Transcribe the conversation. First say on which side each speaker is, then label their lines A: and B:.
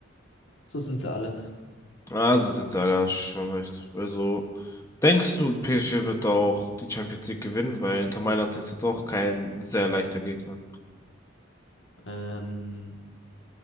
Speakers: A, on the left (about 65°); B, on the left (about 15°).
A: so sind sie alle.
B: Also sind sie alle schon recht. Also, denkst du, PSG wird auch die Champions League gewinnen? Weil Inter Mailand ist jetzt auch kein sehr leichter Gegner.
A: Ähm,